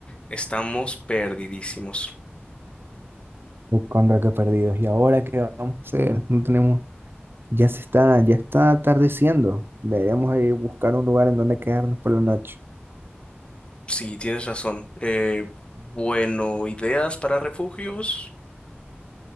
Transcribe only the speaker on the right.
pues, contra que perdidos. ¿Y ahora qué vamos a hacer? No tenemos, ya se está, ya está atardeciendo. Deberíamos ir a buscar un lugar en donde quedarnos por la noche.